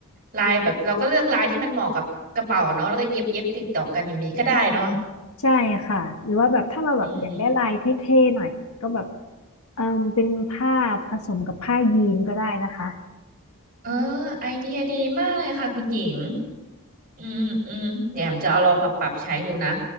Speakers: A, on the right; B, on the left.
A: ลายแบบเราก็เลือกลายที่มันเหมาะกับกระเป๋าเนาะแล้วก็เย็บเย็บติดต่อกันอย่างนี้ก็ได้เนาะ
B: ใช่ค่ะหรือว่าแบบถ้าเราแบบอยากได้ลายเท่ๆหน่อยก็แบบ
A: อืม
B: เออเป็นผ้าผสมกับผ้ายีนก็ได้นะคะ
A: เออไอเดียดีมากเลยค่ะคุณหญิงอืมอืมอืมเดี๋ยวแอมจะเอาลองมาปรับใช้ดูนะ